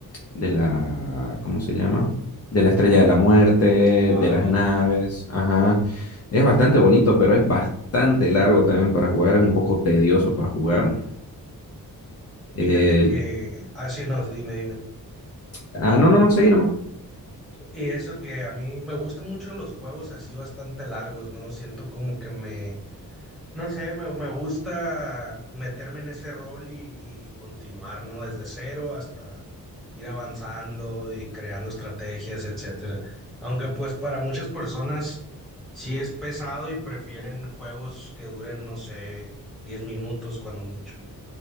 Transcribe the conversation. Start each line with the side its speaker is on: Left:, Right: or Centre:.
Left: de la, ¿cómo se llama? De la estrella de la muerte,
Centre: Wow.
Left: de las naves, ajá. Es bastante bonito, pero es bastante largo también para jugar, es un poco tedioso para jugar. El-
Centre: Fíjate que, así no, dime, dime.
Left: ah, no, no, no, seguí nomás.
Centre: Y eso que a mí me gustan mucho los juegos así bastante largos, ¿no? Siento como que me No sé, me, me gusta meterme en ese rol y, y continuar, ¿no? Desde cero hasta ir avanzando y creando estrategias, etcétera. Aunque pues para muchas personas sí es pesado y prefieren juegos que duren, no sé, 10 minutos cuando mucho. ¿no?